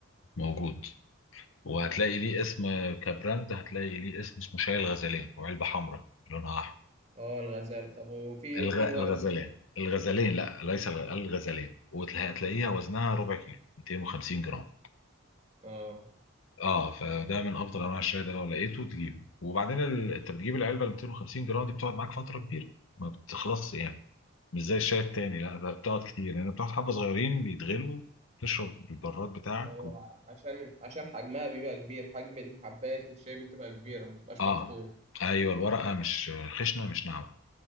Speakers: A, on the left; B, on the right.
A: موجود وهتلاقي ليه اسم كبراند هتلاقي ليه اسم اسمه شاي الغزلان وعلبة حمراء لونها أحمر
B: اه الغزال طب وفي
A: الغ...
B: وفي الورد
A: الغزلان الغزلان لا ليس الغ- الغزلان وهتلاقيها وزنها ربع كيلو 250 جرام
B: اه
A: اه فده من افضل انواع الشاي ده لو لقيته تجيبه وبعدين ال... انت بتجيب العلبه ال 250 جرام دي بتقعد معاك فتره كبيره ما بتخلصش يعني مش زي الشاي التاني لا بقى بتقعد كتير لان يعني بتقعد حبه صغيرين بيتغلوا تشرب البراد بتاعك
B: ما هو عشان عشان حجمها بيبقى كبير حجم الحبات الشاي بتبقى كبيره ما بتبقاش
A: اه
B: مطحون
A: ايوه الورقه مش خشنه مش ناعمه